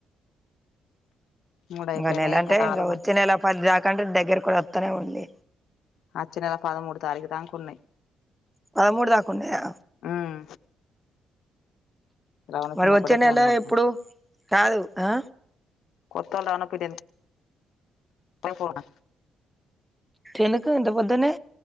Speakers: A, on the left; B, in the centre.
A: మూడు అయిపోయినాయి
B: ఇగ నెల అంటే
A: నాలుగు
B: ఇంకా వచ్చే నెల పది దాకంటే దగ్గర కూడా వస్తనే ఉండి
A: వచ్చే నెల పదమూడు తారీఖ దాకు ఉన్నాయీ
B: పదమూడు దాక ఉన్నాయా
A: ఉమ్ రవణ
B: మరి
A: పిన్ని
B: వచ్చే
A: ఒకటే
B: నెల
A: ఫోన్ కొడతాంది
B: ఎప్పుడు కాదు ఆ
A: కొత్త ఆలా పిడన్ ఇపుడే పోనా
B: ఎందుకు ఇంత పొద్దున్నే